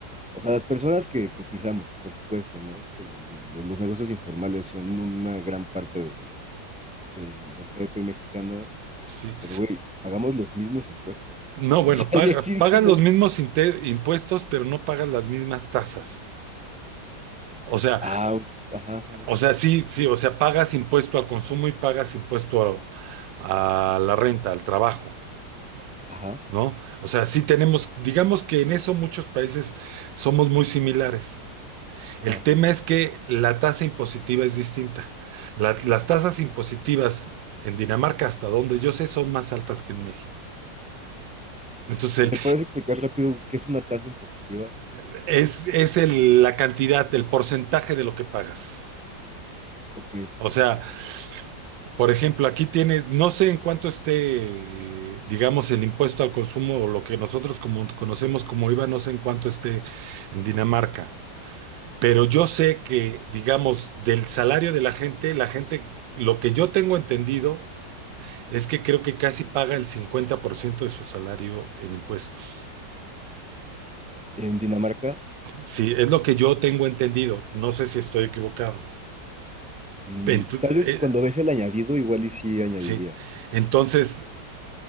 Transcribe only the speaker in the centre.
O sea, las personas que cotizamos, por supuesto, ¿no? El- los negocios informales son una gran parte del, del, del GDP mexicano,
pero güey, pagamos los mismos impuestos, cabrón.
O
sea, <laughs>
yo sí dije,
no,
ma-
ah, ajá, ajá,
ajá,
ajá.
ajá.
¿Me puedes explicar rápido qué es una tasa impositiva?
Ok.
En Dinamarca
Mm,
tal vez
cuando ves el añadido, igual y sí añadiría.